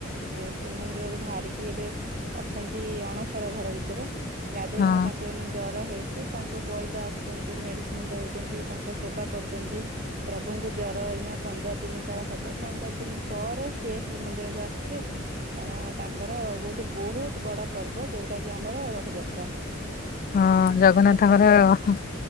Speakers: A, on the right; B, on the left.
A: ଶ୍ରୀମନ୍ଦିରରୁ ବାହାରିକି ଏବେ ଅଛନ୍ତି ଅଣସର ଘର ଭିତରେ। ଗାଧୋଇକିନା
B: ହଁ
A: ତାଙ୍କୁ ଏଇନା ଜର ହେଇଚି ତାଙ୍କୁ ବୈଦ ଆସୁଚନ୍ତି ମେଡିସିନ ଦୋଉଚନ୍ତି ତା ଙ୍କ ସେବା କରୁଚନ୍ତି। ପ୍ରଭୁଙ୍କୁ ଜର ଏଇନା ପନ୍ଦର ଦିନ କାଳ ହବ ପନ୍ଦର ଦିନି ପରେ ସେ ଶ୍ରୀମନ୍ଦିରକୁ ଆସିବେ। କାରଣ ତାଙ୍କର ଗୋଟେ ବୋହୁତ ବଡ ପର୍ବ ଯୋଉଟା କି ଆମର ରଥଯାତ୍ରା।
B: ହଁ ଜଗନ୍ନାଥଙ୍କର
A: ରଥଯାତ୍ରା ଦିନ
B: ଉଁହୁଁ